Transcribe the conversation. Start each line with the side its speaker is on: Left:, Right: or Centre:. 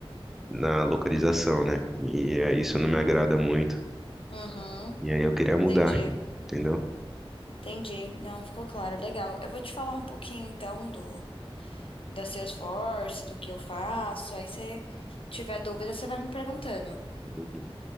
Centre: na localização, né? E eh, isso não me agrada muito.
Left: uhum.
Centre: E aí eu queria mudar,
Left: Entendi,
Centre: né? entendeu?
Left: entendi. Não, ficou claro, legal. Eu vou te falar um pouquinho então do da Salesforce, do que eu faço. Aí se tiver dúvida, você vai me perguntando.
Centre: Uhum,